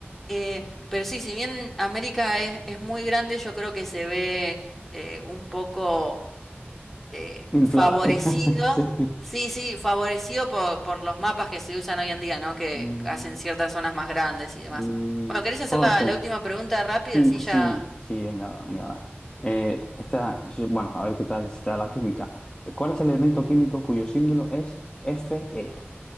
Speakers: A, in the centre; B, on the left.
A: Eh, pero sí, si bien América es, es muy grande, yo creo que se ve eh, un poco eh,
B: Inflada.
A: favorecido,
B: <laughs> Sí.
A: sí, sí, favorecido por, por los mapas que se usan hoy en día, ¿no? Que
B: Mm,
A: hacen ciertas zonas más grandes y demás.
B: mm.
A: Bueno, ¿querés hacer
B: Jope.
A: la, la última pregunta rápido?
B: Sí,
A: Así ya.
B: sí, sí, venga, venga, va. Eh, esta, es- bueno, a ver qué tal está la química. ¿Cuál es el elemento
A: Mm.
B: químico cuyo símbolo es Fe?